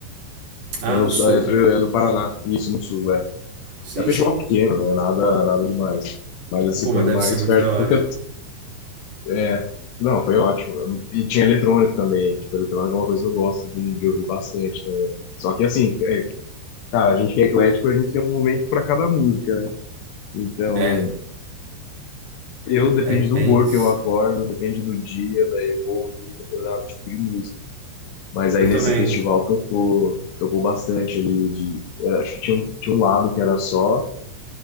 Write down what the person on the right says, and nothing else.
Ah,
no
sul.
Sim,
sim.
Pô,
mas deve
ser muito
da hora.
É,
é bem
isso.
Eu também